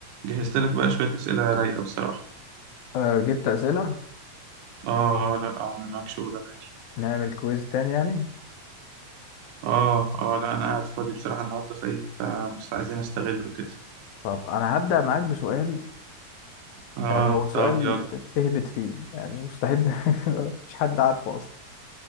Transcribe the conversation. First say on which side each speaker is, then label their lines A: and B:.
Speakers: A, on the right; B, on the left.
A: جهزت لك بقى شوية أسئلة رايقة بصراحة
B: آه، جبت أسئلة
A: آه آه، لا أعمل معاك شغل عادي
B: نعمل كويز تاني يعني
A: آه آه لا أنا قاعد فاضي بصراحة النهاردة فإيه فمست عايزين أستغله كده
B: طب أنا هبدأ معاك بسؤال
A: آه
B: آه، هو سؤال
A: طب يلا
B: تهبط فيه يعني مستحيل <laughs> مفيش حد عارفه أصلا